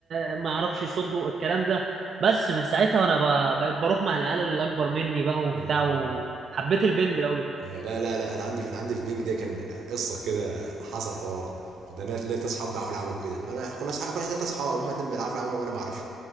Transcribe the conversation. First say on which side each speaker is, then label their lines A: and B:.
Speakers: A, on the right; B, on the right.
A: آه، ما اعرفش يصدوا الكلام ده بس من ساعتها وانا ب- بقيت بروح مع العيال اللي اكبر مني بقى وبتاع
B: <laughs>
A: وحبيت البنج قوي
B: لا لا لا انا عندي انا عندي في بينج ده كان قصه كده حصل حوار كنا ناس- لقيت ناس اصحاب بيعرفوا يلعبوا كده فانا كنا اصحاب كنا احنا تلات اصحاب هما اتنين بيلعبوا يلعبوا وانا ما بعرفش